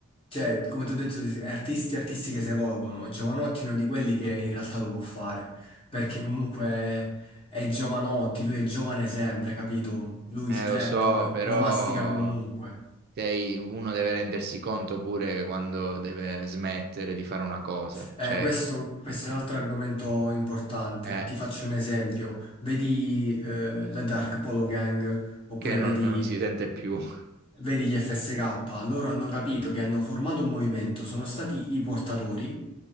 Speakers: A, on the left; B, on the right.
A: cioè, come ti ho detto, artisti, artisti che si evolvono. Giovanotti è uno di quelli che in realtà lo può fare, perché comunque è Giovanotti, lui è giovane sempre, capito? Lui
B: Eh,
A: il trap
B: lo so, però
A: lo mastica comunque.
B: sei- uno deve rendersi conto pure quando deve smettere di fare una cosa,
A: Eh,
B: cioè
A: questo, questo
B: eh,
A: è un altro argomento importante.
B: eh,
A: Ti faccio un esempio. Vedi eh, la Dark Polo Gang, oppure
B: che non,
A: vedi
B: non si sente più. <laughs>
A: Vedi gli FSK, loro hanno capito che hanno formato un movimento, sono stati i portatori